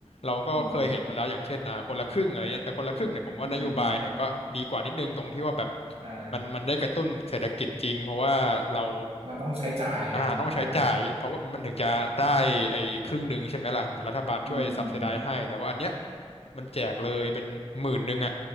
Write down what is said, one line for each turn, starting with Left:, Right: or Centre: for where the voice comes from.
Left: เราก็เคยเห็นมาแล้วอย่างเช่นอ่าคนละครึ่งอะไรเงี้ยแต่คนละครึ่งเนี่ยผมว่านโยบายเนี่ยก็ดีกว่านิดนึงตรงที่ว่าแบบ
Right: อืมอืมอืมอ่า
Left: มันมันได้กระตุ้นเศรษฐกิจจริงเพราะว่าเรา
Right: มันต้องใช้จ่ายไงอ่า
Left: อ่าต้องใช้จ่ายเพราะว่ามันถึงจะได้ไอ้อีกครึ่งหนึ่งใช่ไหมล่ะเหมือนรัฐบาลช่วยซับ
Right: อืม อืมอืม
Left: s i ได z e ให้แต่ว่าอันเนี้ยมันแจกเลยเป็นหมื่นหนึงอ่ะ